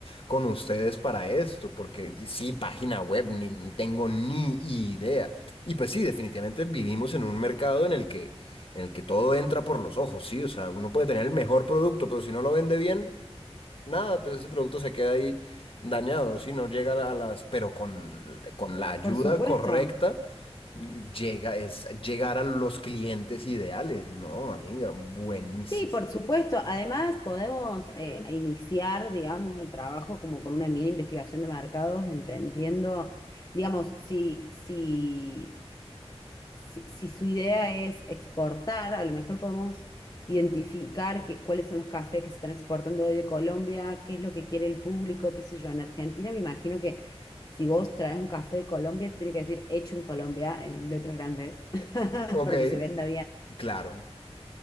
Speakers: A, on the left; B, on the left.
A: con ustedes para esto, porque sí, página web, ni no tengo ni idea. Y pues sí, definitivamente vivimos en un mercado en el que, en el que todo entra por los ojos, sí, o sea, uno puede tener el mejor producto, pero si no lo vende bien, nada, pues ese producto se queda ahí dañado, si no llega a las, pero con, con la ayuda
B: Por supuesto.
A: correcta. Llega, es llegar a los clientes ideales, ¿no, amiga? Buenísimo.
B: Sí, por supuesto. Además, podemos eh, iniciar, digamos, el trabajo como con una mini investigación de mercados, entendiendo, digamos, si, si, si, si su idea es exportar, a lo mejor podemos identificar que- cuáles son los cafés que se están exportando hoy de Colombia, qué es lo que quiere el público, qué sé yo. En Argentina me imagino que si vos traes un café de Colombia, tiene que decir hecho en Colombia en letras grandes <laughs>
A: Ok,
B: para que se venda
A: claro.